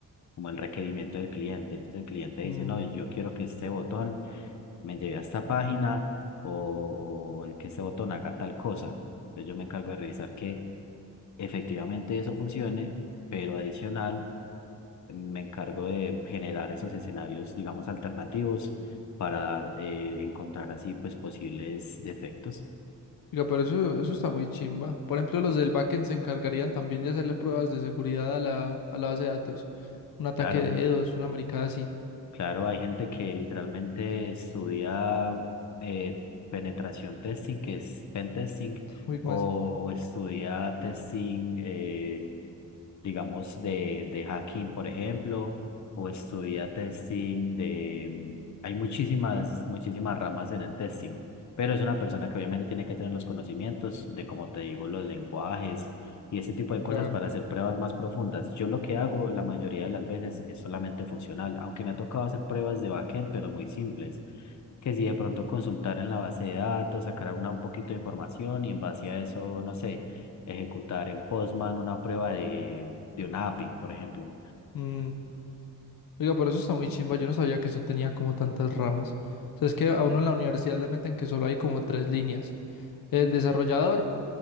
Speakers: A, on the left; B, on the left.
A: Como el requerimiento del cliente. Entonces el cliente dice,
B: mm.
A: no, yo quiero que este botón me lleve a esta página o, o que este botón haga tal cosa. Entonces yo me encargo de revisar que efectivamente eso funcione, pero adicional me encargo de generar esos escenarios, digamos, alternativos para eh, encontrar así pues posibles defectos.
B: Diga, pero eso, eso está muy chimba. Por ejemplo, los del backend se encargarían también de hacerle pruebas de seguridad a la, a la base de datos. Un ataque
A: Claro,
B: de dedos, una maricada así.
A: claro, hay gente que literalmente estudia eh, penetración testing, que es pen testing,
B: Uy, ¿cómo
A: o,
B: así?
A: o estudia testing, eh, digamos, de, de hacking, por ejemplo, o estudia testing de... mm, Hay muchísimas, muchísimas ramas en el testing, pero es una persona que obviamente tiene que tener los conocimientos de, como te digo, los lenguajes y ese tipo de
B: Sí, Claro.
A: cosas para hacer pruebas más profundas. Yo lo que hago la mayoría de las veces es solamente funcional, aunque me ha tocado hacer pruebas de backend, pero muy simples que si de pronto consultar en la base de datos, sacar una, un poquito de información y en base a eso, no sé, ejecutar en Postman una prueba de, de un API, por ejemplo,
B: Mm, Oiga, pero eso está muy chimba. Yo no sabía que eso tenía como tantas ramas. O sea, es que a uno en la universidad le meten que solo hay como tres líneas. El desarrollador,